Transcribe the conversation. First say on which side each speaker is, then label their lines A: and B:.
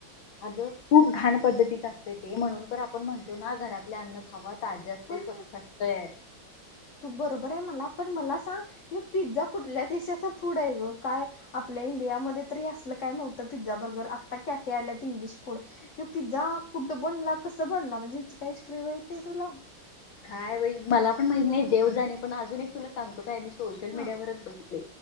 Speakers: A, on the left; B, on the left.
A: अगं खूप घाण पद्धतीत असते ते म्हणून तर आपण म्हणतो ना घरातले अन्न खाव. तज्या असते
B: पण
A: स्वत असत आहे.
B: तू बरोबर आहे मला पण मला सांग हे पिझ्झा कुठल्या देशाच फूड आहे ग काय? आपल्या इंडियामध्ये तरी असलं काय नव्हतं पिझ्झा बर्गर आत्ता कॅफे आल्यात इंग्लिश फूड पिझ्झा कुठं बनला कसं बनला म्हणजे याची काय स्ट्री माहितीय तुला?
A: कायई मला पण माहित नाही देव जाणे पण अजून एक तुला सांगतो काय मी सोो सोशल मीडिया
B: हा
A: वच बघितय